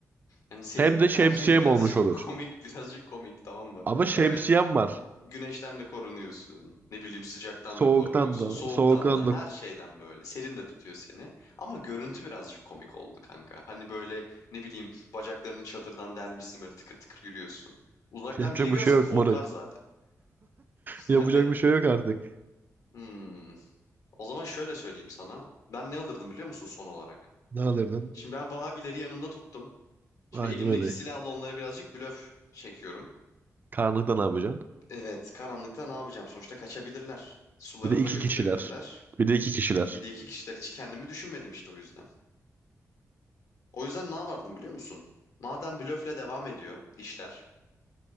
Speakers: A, on the left; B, on the right.
A: Yani senin
B: Hem
A: tercihin
B: de şemsiyem
A: <laughs> birazcık
B: olmuş olur.
A: komik, birazcık komik, tamam mı?
B: Ama şemsiyem
A: Evet,
B: var.
A: Güneşten de korunuyorsun. Ne bileyim sıcaktan
B: Soğuktan
A: da korunuyorsun.
B: da.
A: Soğuktan
B: Soğuktan
A: da
B: da.
A: her şeyden böyle. Serin de tutuyor seni. Ama görüntü birazcık komik oldu kanka. Hani böyle ne bileyim bacaklarını çadırdan delmişsin böyle tıkır tıkır yürüyorsun. Uzaktan
B: Yapacak
A: biri görse
B: bir şey yok
A: korkar
B: moruk.
A: zaten. <laughs>
B: Yapacak
A: Hani
B: bir şey yok artık.
A: hmm. O zaman şöyle söyleyeyim sana. Ben ne alırdım biliyor musun son olarak?
B: Ne alırdın?
A: Şimdi ben Vahabileri yanımda tuttum. Şimdi
B: Aynen
A: elimdeki
B: öyle.
A: silahla onları birazcık blöf çekiyorum.
B: Karanlıkta ne yapacaksın?
A: Evet, karanlıkta ne yapacağım? Sonuçta kaçabilirler. Sularımı
B: Bir de iki
A: da götürebilirler.
B: kişiler. Bir de iki kişiler.
A: Bir de iki kişiler hiç kendimi düşünmedim işte o yüzden. O yüzden ne yapardım biliyor musun? Madem blöfle devam ediyor işler,